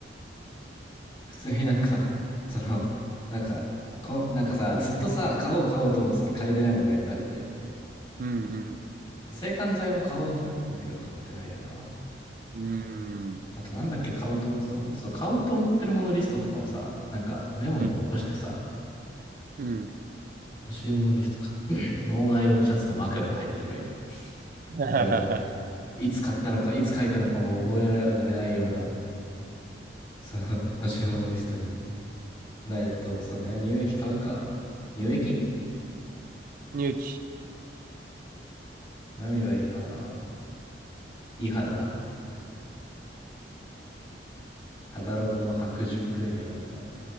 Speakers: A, on the left; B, on the right.
A: 普通になんか、<laughs> その、なんか、こなんかさ、ずっとさ、買おう買おうと思ってて買えてないものがいっぱいあって、
B: うんうん。
A: 制汗剤も買おうと思ってんだけど買ってないよな。
B: うん。
A: あとなんだっけ買おうと思ってたもんね。そう、買おうと思ってるものリストとかもさ、なんかメモに残してさ、
B: うん。うん。
A: 欲しいものリストか。<clears throat> <laughs> ノンアイロンシャツと枕が入ってるわ、今。
B: <laughs>
A: 俺の、いつ買ったのか、いつ書いたのかも覚えられてないような、その <laughs> 欲しいものリストに。なえっと、そうね、乳液買うか。乳液
B: 乳液。
A: 何がいいかな。いい肌肌ロボの白潤プレミアムとかある。